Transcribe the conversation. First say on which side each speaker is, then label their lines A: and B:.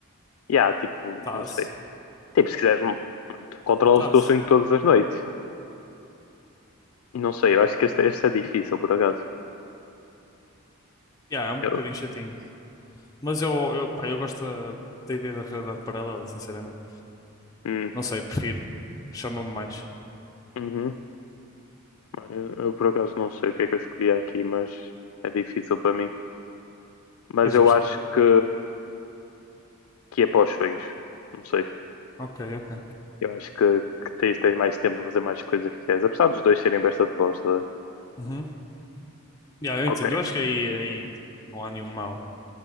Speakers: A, on the left (about 75°); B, on the left (about 15°).
A: E há, tipo,
B: Tá-se.
A: não sei. Tipo, se quiseres, mano, tu controlas
B: É tá-se.
A: o teu sonho todas as noites. Não sei, eu acho que este, este é difícil, por acaso.
B: Yeah, é um
A: Eu,
B: bocadinho chatinho. Mas eu, eu, pá, eu gosto da, da ideia da realidade paralela, sinceramente.
A: hum,
B: Não sei, prefiro. Chama-me mais.
A: uhum. Mano, Eu, eu por acaso não sei o que é que eu escolhi aqui, mas é difícil para mim. Mas
B: É justo.
A: eu acho que, que é para os sonhos. Não sei.
B: Ok, ok.
A: Eu acho que, que tens, tens mais tempo para fazer mais coisas que queres. Apesar dos dois serem bastante bons. tá?
B: Uhum. Yeah, eu
A: Ok.
B: entendo. Eu acho que aí, aí tipo, não há nenhum mal